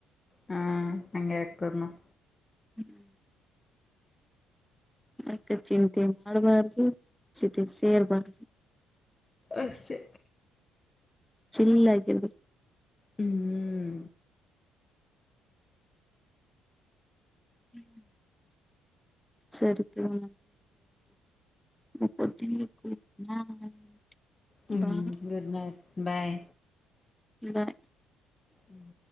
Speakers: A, on the left (about 25°); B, in the centre.
A: ಹಾ ಹಂಗೆ <unintelligible> ನೋಡ್
B: ಹ್ಮ ಅಕ್ಕ ಚಿಂತೆ ಮಾಡ್ಬಾರ್ದು ಚಿತೆ ಸೇರ್ಬಾರ್ದು
A: ಅಷ್ಟೇ
B: ಚಿಲ್ಲಾಗಿರ್ಬೇಕು
A: ಹ್ಞೂ
B: ಹ್ಮ್ ಸರಿ <unintelligible> ಮಾಕೋತೀನಿ <unintelligible>
A: ಹ್ಞೂ
B: ಬಾ
A: ಗುಡ್ ನೈಟ್ ಬಾಯ್
B: ಬ
A: ಹ್ಮ್